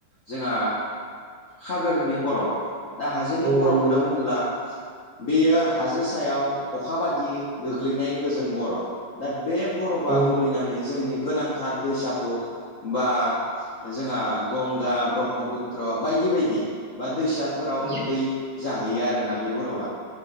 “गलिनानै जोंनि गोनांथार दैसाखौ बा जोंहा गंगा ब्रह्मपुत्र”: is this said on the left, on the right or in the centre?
Left